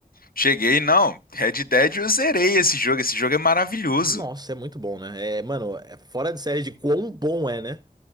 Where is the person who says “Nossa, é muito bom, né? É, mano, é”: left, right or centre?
Right